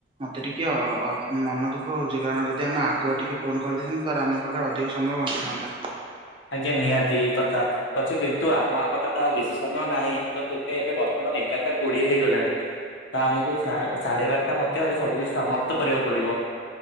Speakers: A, on the right; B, on the left.
A: ମତେ ଟିକେ ଅ ମନ ଦୁଃଖ ହଉଛି କାରଣ ଯଦି ଆମେ ଆଗୁଆ ଟିକେ ଫୋନ କରିଦେଇନ୍ତ। ତାହେଲେ ଆମ ପାଖରେ ଅଧିକ ସମୟ ବଞ୍ଚିଥାନ୍ତା।
B: ଆଜ୍ଞା ନିହାତି ଏ କଥା। ପଛେ କିନ୍ତୁ ଆମ ପାଖରେ ତ ଆଉ ବେଶୀ ସମୟ ନାହିଁ ତ ଏବେ ବର୍ତ୍ତମାନ ଏଗାରଟା କୋଡିଏ ହେଇଗଲାଣି। ତ ଆମକୁ ସାଢେ ବାରଟା ମଧ୍ୟରେ ସବୁ କିଛି ସମାପ୍ତ କରିବାକୁ ପଡିବ।